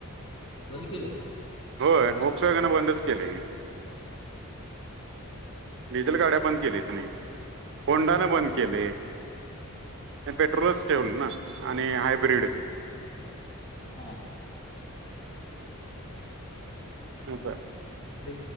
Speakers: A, on the left; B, on the right.
A: बंद केलं.
B: होय ओक्स वॅगनं बंदच केलंय की डिझेल गाड्या बंद केल्या त्यांनी होंडानं बंद केलंय. पेट्रोलच ठेवलं ना आणि हायब्रीड
A: हा.
B: असं.
A: मी